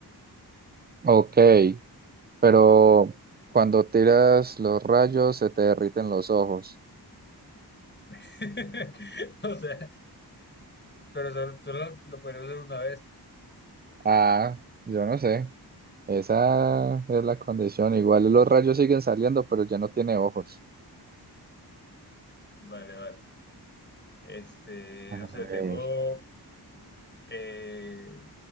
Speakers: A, on the right; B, on the left.
A: Ok, pero cuando tiras los rayos se te derriten los ojos.
B: <laughs> O sea, pero solo, solo lo podría usar una vez. ¿no?
A: Ah, yo no sé. Esa es la condición. Igual los rayos siguen saliendo, pero ya no tiene ojos.
B: Vale, vale. Este,
A: A
B: no sé,
A: ver,
B: tengo... eh,